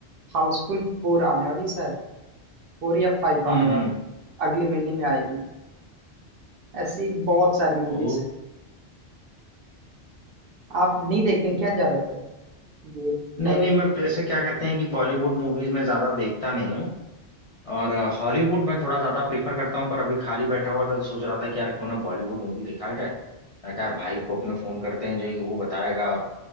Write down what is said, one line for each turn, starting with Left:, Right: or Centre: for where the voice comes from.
Right: हाउसफुल फोर आने वाली शायद फोर या फाइव
Left: हम्म
Right: आने वाली
Left: हम्म
Right: अगले महीने में आएगी ऐसी बहुत सारी मूवीज
Left: ओ
Right: आप नहीं देखते हैं क्या ज्यादातर ये
Left: नहीं
Right: बॉलीवुड
Left: नहीं मैं जैसे क्या कहते हैं कि बॉलीवुड मूवीज में ज्यादा देखता नहीं हूँ, और हॉलीवुड में थोड़ा ज्यादा प्रीफर करता हूँ पर अभी खाली बैठा हुआ था तो सोच रहा था कि यार क्यों ना बॉलीवुड मूवी देखा जाए मैं कहा यार भाई को अपने फोन करते हैं जो है कि वो बताएगा